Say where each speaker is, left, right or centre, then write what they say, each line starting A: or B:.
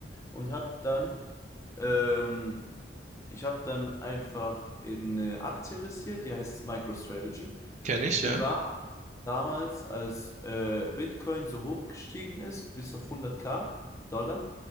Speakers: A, on the left (about 15°); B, on the right (about 40°).
A: und habe dann, ähm, ich habe dann einfach in eine Aktie investiert, die heißt MicroStrategy.
B: kenne ich,
A: Und die
B: ja.
A: war damals, als äh, Bitcoin so hoch gestiegen ist, bis auf 100k Dollar,